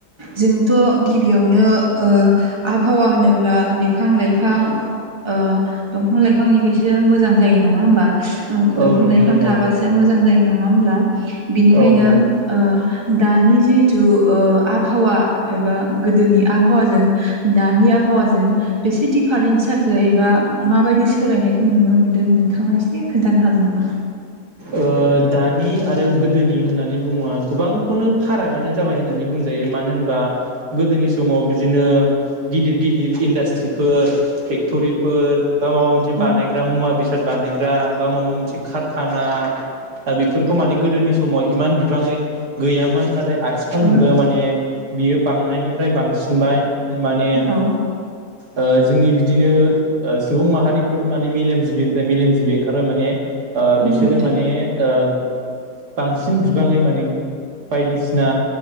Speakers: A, on the right; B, on the right.
A: जोंथ' गिबियावनो ओ आबहावा होनोब्ला बिफां लाइफां ओ दंफां लाइफांनिफ्रायसो मोजां जायो नङा होमबा? दंफां
B: औ नोंथां
A: लाइफां
B: नंगौ
A: थाबासो मोजां जायो नङा होमब्ला बिनिखायनो
B: औ
A: ओ दानि जिथु आबहावा एबा गोदोनि आबहावाजों दा दानि आबहावाजों बेसे दिफारेन्स जाखो एबा मा बायदि सोलायनाय नुनो मोन्दों नोंथाङा एसे खोन्थानो हागोन नामा?
B: ओ दानि आरो गोदोनि होननानै बुङोबा गोबांखौनो फारागानो जाबाय होननानै बुंजायो। मानो होनबा गोदोनि समाव बिदिनो गिदिर गिदिर इन्डास्ट्रिफोर फेक टरिफोर बा माबा मोनसे
A: औ
B: बानाय मुवा बेसाद बा नायग्रा बा माबा मोनसे खारखाना दा बेफोरखौ माने गो गोदोनि समाव इमान बिबाङै गैयामोन नाथाय आथिखाल
A: औ
B: मुगायाव माने बियो बांनायनिफ्राय बांसिनबाय माने
A: औ
B: ओ जोंनि बि बिदिनो सुबुं माहारिफोर माने मेलेम जिबिनिफ्राय मेलेम जिबि ओंखारबाय माने ओ
A: औ
B: बिसोरो
A: नोंथां
B: माने ओ बांसिन बिबाङै माने बायदिसिना